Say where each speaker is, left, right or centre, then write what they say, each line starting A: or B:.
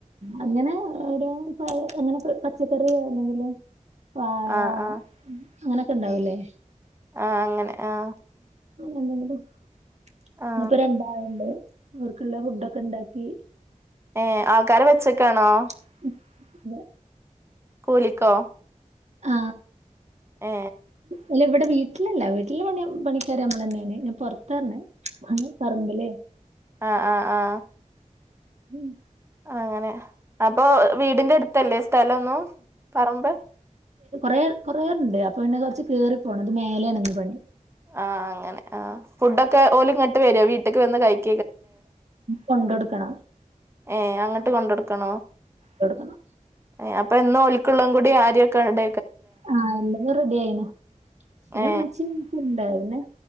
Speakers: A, on the right (about 55°); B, on the right (about 20°).
A: അങ്ങനെ ഓരോ പ അങ്ങനെ പച്ചക്കറിയോ അല്ലെങ്കില് വാഴ
B: ആ ആ
A: അങ്ങനൊക്കെ ഇണ്ടാവൂല്ലേ
B: ആ അങ്ങനെ ആ
A: എന്തെും <unintelligible> <unintelligible>
B: ആ
A: ഇന്ന് ഇപ്പോ രണ്ടാള്ണ്ട് അവർക്കുള്ള ഫുഡ്‌ ഒക്കെ ഇണ്ടാക്കി
B: ഏ ആൾക്കാരെ വെച്ചക്കാണോ
A: <unintelligible>
B: കൂലിക്കോ
A: ആ
B: ഏ
A: അല്ല ഇവിടെ വീട്ടിലല്ല വീട്ടിലണി പണിക്കാര് നമ്മളന്നെയാണ് ഞാൻ പുറത്തറഞ്ഞെ അ പറമ്പല്ലേ
B: ആഹ ആഹ് ആഹ്
A: ഉം.
B: അങ്ങനെ അപ്പൊ വീടിന്റെ അടുത്തല്ലേ സ്ഥലൊന്നും പറമ്പ്
A: റെ കുറേണ്ട് അപ്പൊ പിന്നെ കുറച്ച് കയറിപ്പോണം അത് മേലെയാണന്ന് പണി
B: ആഹ് അങ്ങനെ ആ ഫുഡൊക്കെ ഓലും ഇങ്ങട്ട് വരോ വീട്ടേക്ക് വന്ന് കഴിക്കോ
A: കൊണ്ടൊടുക്കണം
B: ഏ അങ്ങട്ട് കൊണ്ട കൊടുക്കണോ
A: കൊടുക്കണം.
B: ഏ അപ്പൊ എന്നും ളും കൂടി ആരെയൊക്കെ ഉണ്ട
A: ആഹ എല്ലത റെഡി ആയിണ് പിന്നെമ്മച്ചിയും
B: ഏ
A: ഉണ്ട് പിന്നെ